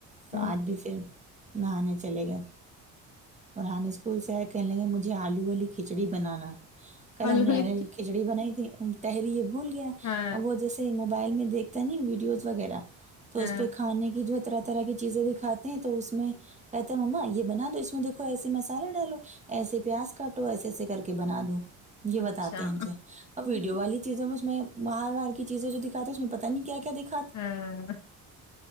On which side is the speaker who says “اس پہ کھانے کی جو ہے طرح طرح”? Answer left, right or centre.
Right